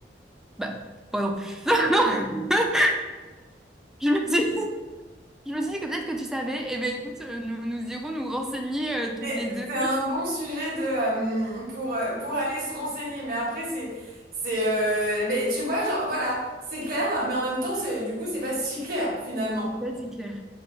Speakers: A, in the centre; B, on the right.
A: Bah, moi non plus. <laughs> Je me suis, je me suis dit que peut-être que tu savais, et eh ben écoute, euh, nous, nous irons nous renseigner euh, toutes
B: Mais
A: les deux.
B: c'est un bon sujet de, euh, pour, euh, pour aller se renseigner. Mais après, c'est, c'est, euh, mais tu vois, genre, voilà, c'est clair, mais en même temps, c'est, du coup, c'est pas si clair, finalement.
A: Là, c'est clair.